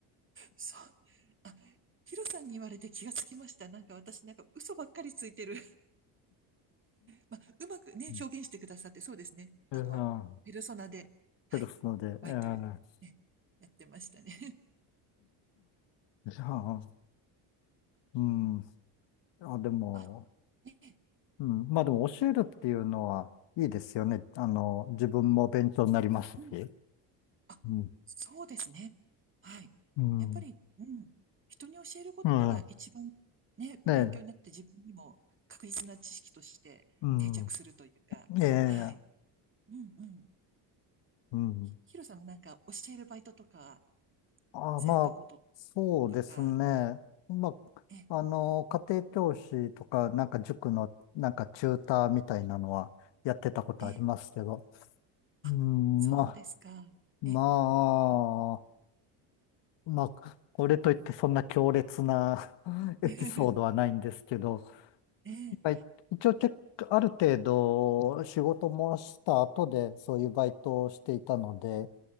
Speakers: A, on the right; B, on the left.
A: そう。あ、ヒロさんに言われて気がつきました。なんか私なんか嘘ばっかりついてる。まあ、うまくね、
B: うん。
A: 表現してくださって、そうですね。
B: うん
A: あの、ペルソナで、はい、
B: そうですので、
A: バイトをね、
B: えー
A: やってましたね。
B: じゃあ、うん。あ、
A: <laughs>
B: でも、
A: あ、ね、
B: うん。まあでも教えるっていうのはいいですよね。あの、自分も勉強になりますし。
A: うん。あ、
B: うん。
A: そうですね。はい。
B: うん。
A: やっぱり、うん。人に教えることが一番ね、
B: うん。ねえ。
A: 勉強になって自分にも確実な知識として定着するというか、
B: うん。ええ。
A: はい。うんうん。
B: うん。
A: ひ、ヒロさんもなんか教えるバイトとか
B: ああ、
A: されたこと
B: まあ、そうですね。
A: とか、
B: ま
A: え、
B: あ、あの、家庭教師とか、なんか塾の、なんかチューターみたいなのはやってたことありますけど。
A: ええあ、
B: うん、
A: そうですか。
B: まあ、
A: え、
B: まあ、まあ、これといってそんな強烈な <laughs> エピソードはないんですけど、
A: <laughs> ええ、
B: はい、一応結構、ある程度仕事もした後でそういうバイトをしていたので、